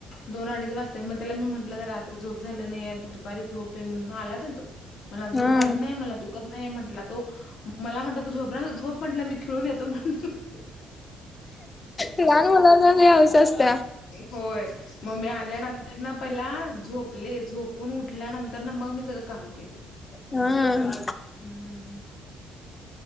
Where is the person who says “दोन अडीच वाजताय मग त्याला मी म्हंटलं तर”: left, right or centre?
Left